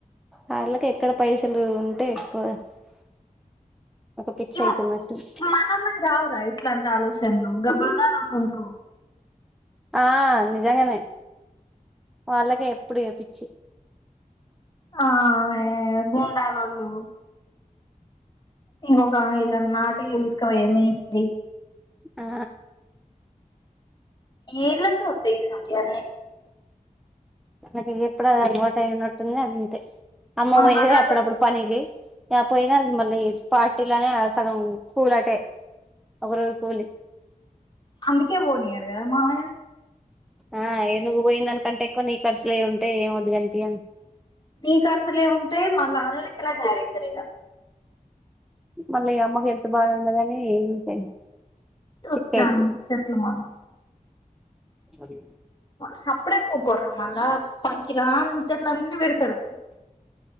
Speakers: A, in the centre; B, on the left (about 30°).
A: వాళ్ళకి ఎక్కడ పైసలు ఉంటే ఎక్కువ పిచ్చి
B: ఏమో
A: అయితున్నటుంది
B: మనోళ్ళకి రావురా ఇట్లాంటి ఆలోచనలు గ బజారోళ్ళు ఉంటరు
A: ఆ నిజంగనే వాళ్ళకే ఎప్పుడు ఇగ పిచ్చి
B: ఆ ఏ బొండల్లోలు ఇంకొకామె ఇళ్ళనీనాటేయ్య తీసుకపోయే మేస్త్రీ
A: ఆ
B: ఇళ్లకే ఒత్తయి ఇసొంటీయన్ని
A: మనకి ఎప్పుడది అలవాటు అయినట్టుంది అంతే అమ్మ
B: మన
A: పోయేది
B: బజార్లో
A: అప్పుడప్పుడు పనికి ఇగ పోయినా మళ్ళీ పార్టీలానే సగం కూల్ అటే ఒకరోజు కూలీ
B: అందుకే పోనీయారుగదా మావయ్య
A: ఆ ఏ నువ్ పోయిందని కంటే ఎక్కువ నీ కర్సులే ఉంటాయి ఏం ఒద్దు గాని తీయి
B: నీ కర్సలే ఉంటాయి మాళ్ అల్లలెక్కన తయారయితారు ఇగ
A: మళ్ళీ అమ్మ కి హెల్త్ బాలేదని అంతే చిప్పేట్
B: ఉత్తరాని ముచ్చట్లు మళ్ళా
A: అది
B: సప్పుడే ఉక్కోరూరా మళ్ళా పనికి రాని ముచ్చట్లన్నీ పెడతారు అ